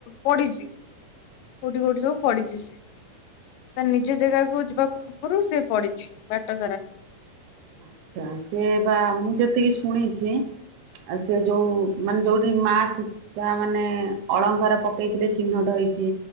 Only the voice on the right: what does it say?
ଆଚ୍ଛା, ସେ ବା ମୁଁ ଯେତିକି ଶୁଣିଛି ସେ ଯୋଉ ମାନେ ଯୋଉଠି ମା ସୀତା ମାନେ ଅଳଙ୍କାର ପକେଇଥିଲେ ଚିହ୍ନଟ ହେଇଛି